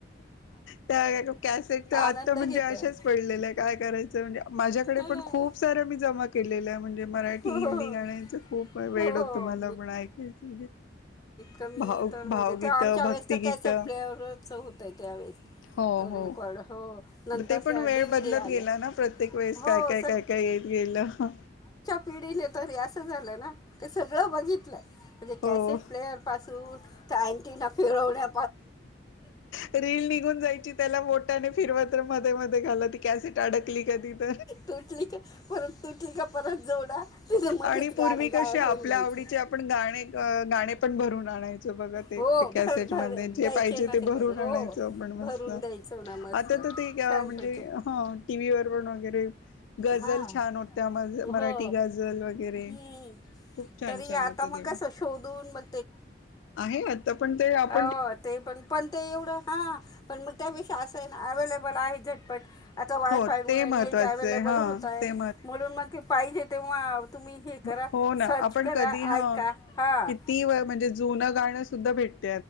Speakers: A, on the left; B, on the left.
A: त्या कॅसेट तर आत्ता
B: आनंद
A: म्हणजे
B: घेतो
A: अशाच
B: आहे
A: पडलेलं आहे काय करायचं म्हणजे ईकडे
B: हां
A: पण खूप साऱ्या मी जमा केलेल्या म्हणज ी हिंदी
B: हो हो
A: गाण्याचं खूप वेळ
B: हो
A: होतो मला पण ऐकायचं
B: कमी
A: भाव
B: तर म्हणजे
A: भावगीतं
B: ते आमच्या
A: भक्तिगीतं
B: वेळेस तर कॅसेट प्लेरच होतय त्यावेेळेस
A: हो हो
B: रेकॉर्ड नंतर
A: ते पण
B: त्या
A: वेळ
B: डी व्ही
A: बदलत
B: डी आल्या
A: गेला ना प्रत्येक वेळेस
B: हो
A: काय काय काय काय येत गेलं ह
B: पिढीले तरी असं झालं ना ते सगळं बघितलंय म्हणजे
A: हो
B: कॅसेट प्लेअर त्याटी ना फिरवल्या
A: रीलील निघून जायची त्याला मोठ्या आणि फिरवञ मध्ये मध्ये ती कसट अडकली का तिथ
B: तुटली का परत तुटली का परत जोडा तिथं मध्येच
A: आणि पूर्वी
B: गाणं गायब
A: कशी आपल्या
B: होऊन जायचं
A: आवडीचे आपण गाणे ग गाणे पण भरून आणायचो ते बघत
B: हो
A: ते
B: भर
A: मले
B: भर
A: जे
B: द्यायचे
A: पाहिजे
B: ना
A: ते भरून
B: हो
A: आणायचण आपण
B: भरून
A: मस्त
B: द्यायचं ना मस्त
A: आता तर तेम्हणजे
B: छानपैकी
A: ह टी व् व पण वरे गझल
B: हां
A: छान होत्या म
B: हो
A: मराठी गझल वगैरे
B: हम्म.
A: खूप छान
B: तरी
A: छान
B: आता
A: होतं
B: मग
A: तेव
B: कसं शोधून मग
A: आहे आता पण ते आप
B: अ ते पण पण ते एवढं ना हा पण मग त्यापेक्षा असं आहे ना अवेलेबल पालाये आहे झटपट आता वायफाय
A: हो
B: मुळे
A: ते महत्त्वाचं
B: नेट आवलेब
A: आहे
B: बोलत
A: हा
B: होता
A: ते
B: म्हणून मग पाहिजे तेव्हा तुम्ही हे
A: अ..
B: करा
A: हो ना
B: सर्च
A: आपण
B: करा
A: कधी ह
B: ऐका हां
A: किती व म्हणजे जुन गाणं सुद्धा भेट